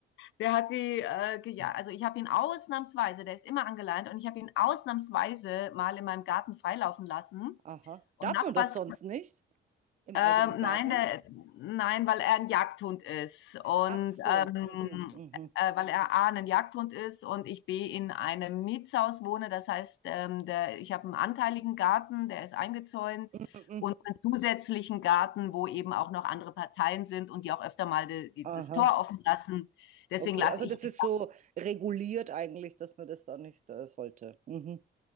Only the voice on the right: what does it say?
Aha.
Darf
man das sonst nicht im
eigenen Garten?
Ach so.
Mhm, mhm,
mhm. mhm.
Aha.
Okay,
also
das ist
so reguliert eigentlich, dass man das da nicht äh, sollte. Mhm.